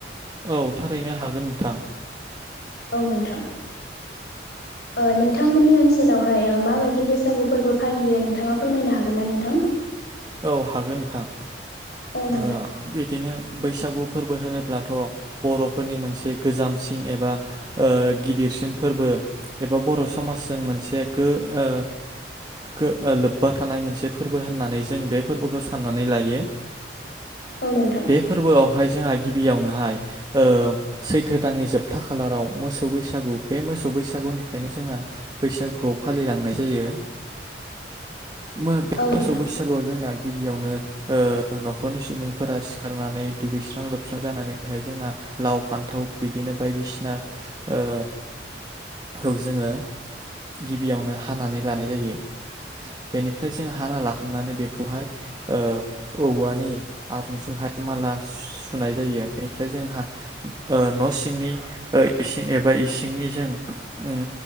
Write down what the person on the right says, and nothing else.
औ थारैनो हागोन नोंथां।
औ हागोन नोंथां
ओ बिदिनो बैसागु फोरबो होनोब्लाथ' बर'फोरनि मोनसे गोजामसिन एबा ओ गिदिरसिन फोरबो एबा बर' समाजजों मोनसे गो ओ गो ओ लोब्बा थानाय मोनसे फोरबो होननानै जों बेबोफोरखौ साननानै लायो।
बे फोरबोआवहाय जोंहा गिबियावनोहाय ओ सैथो दाननि जोबथा खालाराव मोसौ बैसागु बे मोसौ बैसागुनिफ्रायनो जोंना बैसागुआव फालिलांनाय जायो मो बे
मोसौ
बैसागुआव जों जोंना गिबियावनो ओ न'खरनि सुबुंफोरा सिखारनानै दुगैस्रां लोबस्रां जानानैहाय जोंना लाव फान्थाव बिदिनो बायदिसिना ओ खौ जोङो गिबियावनो हानानै लानाय जायो। बेनिफ्राय जों हाना लाखांनानै बे खौहाय ओ औवानि आरुंजोंहाय माला सुनाय जायो। बेनिफ्राय जोंहा ओ न' सिंनि ओ इसिं एबा इसिंनिजों उम